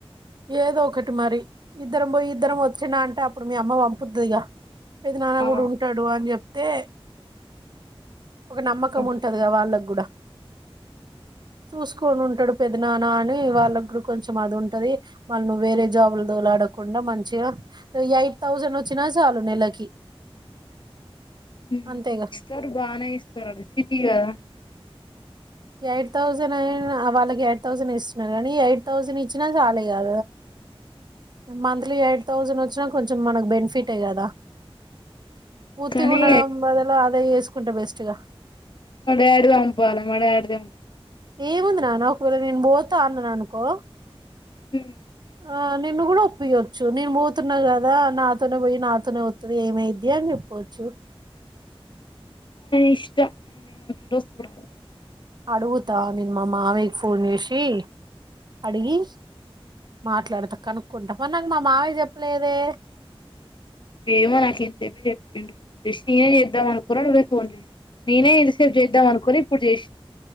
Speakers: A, on the right; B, on the left.
A: ఏదో ఒకటి మరి ఇద్దరం పోయి ఇద్దరం వచ్చినా అంటే అప్పుడు మీ అమ్మ పంపుద్ది ఇగ పెది నాన్న
B: ఆ
A: కూడా ఉంటాడు అని చెప్ తే ఒక నమ్మకం
B: అబ్
A: ఉంటదిగా వాళ్ళకు చూసుకొని ఉంటడు పెద్దనానా అని వాళ్ళకి కూడా కొంచెం అది ఉంటది. వాళ్ళ ను వేరే జాబుల దేవలాడకుండా మంచిగా ఎయిట్ థౌసండ్ వచ్చినా చాలు నెలకి.
B: ఉ
A: అంతేగా
B: ఇస్తారు బానే ఇస్తారు సిటీ కదా
A: ఎయిట్ థౌసండ్ అయినా వాళ్ళకి ఎయిట్ థౌసండ్ ఇస్తున్నారు. కానీ ఎయిట్ థౌసండ్ ఇచ్చినా చాలు ఇక మంత్లీ ఎయిట్ థౌసండ్ వచ్చినా కొంచెం మనకు బెనిఫిటే కదా. ఉత్తిగ
B: కానీ
A: ఉండడం బదులు అదే చేసు కుంటే బెస్ట్గా
B: మ డాడి పంపాల మ డాడి <unintelligible> అంప
A: ఏముంది నాన్న ఒకవేళ నేను పోతా అన్నాను అనుకో
B: హ
A: ఆ నిన్ను కూడా ఒప్పియచ్చు. నేను పోతున్నా కదా నాతోనే పోయి నాతోనే వత్తది. ఏమైద్ది అని చెప్పోచ్చు.
B: ఇష్టం <unintelligible>
A: అడుగుతా నేను మా మావయ్యకి ఫోన్ చేసి అడిగి మాట్లాడతా కనుక్కుంటా మారీ నాకు మా మావయ్య చెప్పలేదే
B: ఏమో నాకు ఏం తేలియట్లేదు. ఋషియే చేద్దాం అనాకున్నాడు నువ్వే ఫోన్ జెసి నేనే ఎంతసేపు చేద్దాం అనుకుని ఇప్పుడు చేసిన